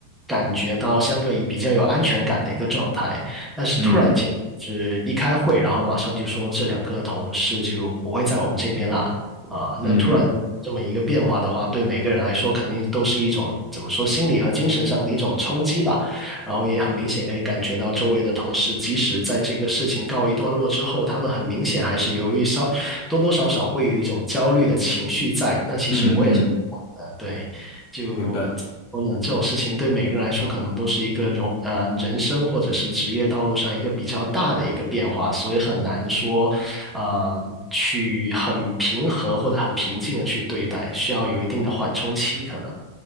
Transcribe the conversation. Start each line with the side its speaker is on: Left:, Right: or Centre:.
Centre: 感觉到相对比较有安全感的一个状态。但是突然间是一开会，
Left: 嗯
Centre: 然后马上就说这两个同事就不会在我们这边啦。啊，那突然这么一个变化的话，
Left: 嗯
Centre: 对每个人来说肯定都是一种怎么说，心理和精神上的一种冲击吧。然后也很明显可以感觉到周围的同事，即使在这个事情告一段落之后，他们很明显还是由于稍多多少少会有一种焦虑的情绪在。那其实我也是
Left: 嗯嗯，
Centre: 呃，对，就说呢，
Left: 明白。
Centre: 这种事情对每个人来说，可能都是一个容呃人生或者是职业道路上一个比较大的一个变化，所以很难说，呃，去很平和或者很平静的去对待，需要有一定的缓冲期，可能。